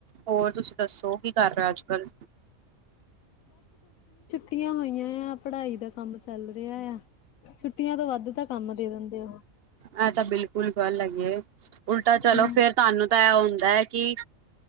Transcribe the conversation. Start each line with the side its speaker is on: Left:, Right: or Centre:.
Right: ਹੋਰ ਤੁਸੀਂ ਦੱਸੋ ਕੀ ਕਰ ਰਹੇ ਅੱਜ ਕੱਲ
Left: ਛੁਟੀਆਂ ਹੋਈਆਂ ਆ ਪੜ੍ਹਾਈ ਦਾ ਕੰਮ ਚੱਲ ਰਿਆ ਆ ਛੁੱਟੀਆਂ ਤੋਂ ਵੱਧ ਤਾਂ ਕੰਮ ਦੇ ਦਿੰਦੇ ਉਹ
Right: ਆਹ ਤਾਂ ਬਿਲਕੁਲ ਗੱਲ ਹੈਗੀਏ ਉਲਟਾ ਚਲੋ
Left: ਹੂੰ
Right: ਫੇਰ ਤੁਹਾਨੂੰ ਤਾਂ ਇਹ ਹੁੰਦਾ ਹੈ ਕਿ